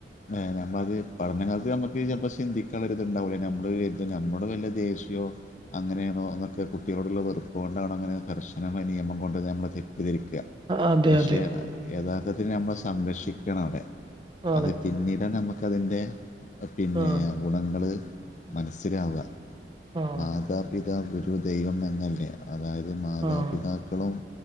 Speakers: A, on the left (about 45°); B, on the right (about 25°).
A: ഏഹ് നമ്മളത് പഠന കാലത്ത് നമ്മക്ക് ചെലപ്പോൾ സിന്തിക്കാനുള്ള ഒരിതുണ്ടാവില്ല നമ്മൾ ഇത് നമ്മളോട് വല്ല്യ ദേശ്യയവും അങ്ങനേണോ എന്നൊക്കെ കുട്ടിക്ളോടുള്ള വെറുപ്പ്കൊണ്ടണോ അങ്ങനെ കർശനമായ നിയമം കൊണ്ട് നമ്മള് തെറ്റിദ്ധരിക്ക
B: അതെ
A: പക്ഷേ
B: അതെ
A: യഥാർത്ഥത്തിൽ നമ്മളെ സംരക്ഷിക്കാണ് അവിടെ
B: ആണ്
A: അത് പിന്നീടാണ് നമുക്കതിൻ്റെ പിന്നെ
B: ആഹ്
A: ഗുണങ്ങള് മനസ്സിലാവാ
B: ആഹ്
A: മാതാ പിതാ ഗുരു ദൈവം എന്നല്ലേ അതായത് മാതാപിതാ
B: ആഹ്
A: ക്കളും